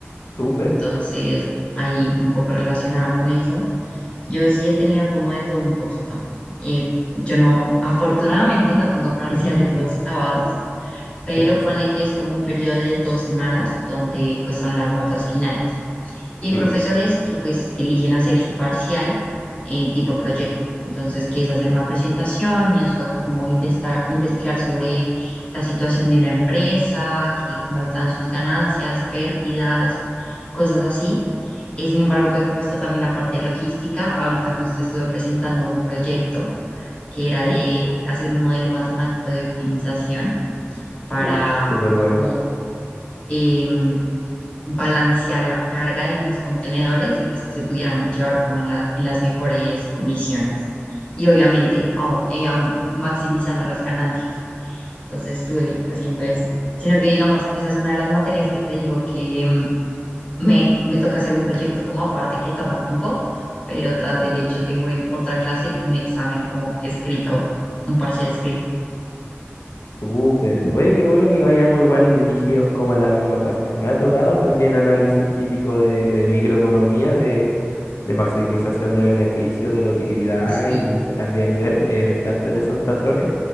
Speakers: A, on the left (about 80°); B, on the left (about 25°).
A: súper.
B: entonces ahí un poco relacionada con eso. Yo sí he tenido como de todo un poquito. Eh, yo no, afortunadamente no tengo parciales
A: <laughs>
B: los sábados, pero
A: Sí,
B: ponle que es como un periodo de dos semanas donde pues son las notas finales. Y hay
A: claro.
B: profesores que pues eligen hacer su parcial en tipo proyecto. Entonces, que es hacer una presentación y nos toca como investa- investigar sobre la situación de una empresa, que cómo están sus ganancias, pérdidas, cosas así. Eh, sin embargo, pues como está también la parte de logística, ahorita justo estuve presentando un proyecto que era
A: Ujú.
B: de hacer un modelo matemático de optimización para
A: Uf, súper bueno,
B: como em, balancear la carga de unos contenedores y pues que se pudieran llevar como en la- en las mejores condiciones. Y obviamente au- eh, aún maximizando las ganancias. Entonces estuve haciendo eso. Sino que digamos, esa es una de las materias que te digo que mm, me, me toca hacer un proyecto como aparte que toma tiempo, pero tras del hecho tengo en otra clase un examen como escrito, un parcial escrito.
A: súper. Oye, qué bueno que vayamos igual dirigidos como a la misma parte. Me ha tocado también análisis típico de, de microeconomía, de, de maximización de beneficios, de la utilidad
B: Sí,
A: y también ver, eh, me encantan esos patrones.